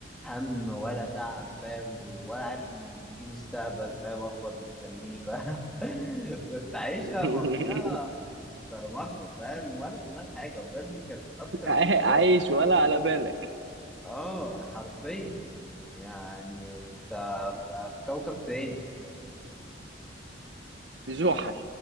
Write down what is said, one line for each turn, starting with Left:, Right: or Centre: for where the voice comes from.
Centre: هم ولا تعب فاهم ولا عارف ان في مستقبل فاهم اخبار مستنيك <laughs> كنت عايشة
Right: <laughs>
Centre: مقضيها طرمخة فاهم ولا في دماغك حاجة بجد كانت أكتر
Right: عاي-
Centre: فترة
Right: عايش ولا على بالك
Centre: اه حرفيا يعني انت في كوكب تاني
Right: <laughs> زحل